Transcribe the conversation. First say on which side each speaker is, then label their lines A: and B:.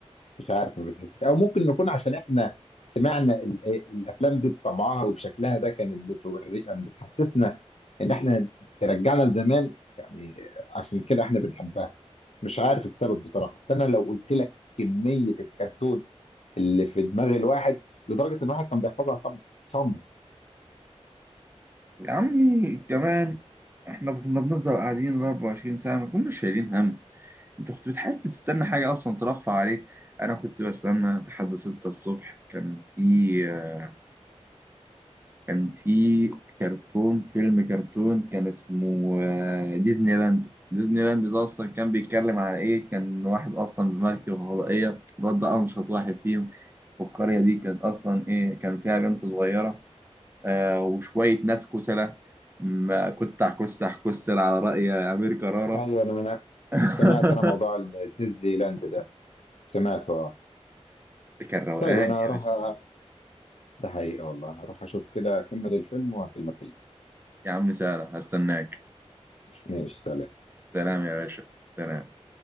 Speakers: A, on the left; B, on the right.
A: مش عارف ما بتحسش او ممكن نكون عشان احنا سمعنا ال- الافلام دي بطبعها وبشكلها ده كانت بتوري يعني بتحسسنا ان احنا ترجعنا لزمان يعني عشان كده احنا بنحبها مش عارف السبب بصراحه بس انا لو قلت لك كميه الكرتون اللي في دماغ الواحد لدرجه ان الواحد كان بيحفظها طب صم
B: يا عمي كمان احنا كنا بنفضل قاعدين ال 24 ساعه ما كناش شايلين هم انت كنت بتحب تستنى حاجه اصلا ترفع عليك انا كنت بستنى لحد 6 الصبح كان في آه، كان في كرتون فيلم كرتون كان اسمه آه، ديزني لاند ديزني لاند ده اصلا كان بيتكلم على ايه كان واحد اصلا بمركب فضائيه الواد ده انشط واحد فيهم والقريه دي كانت اصلا ايه كان فيها بنت صغيره آه وشويه ناس كسلة ما كنت كسح كسل على رأي امير كرارة
A: ايوه انا أنا
B: <laughs>
A: سمعت انا موضوع الديزني لاند ده سمعته اه
B: كان روقان
A: طيب انا
B: يا
A: هروح
B: باشا
A: أ- ده حقيقه والله هروح اشوف كده اكمل الفيلم واكلمك
B: يا عم سهلة هستناك
A: ماشي سلام
B: سلام يا باشا سلام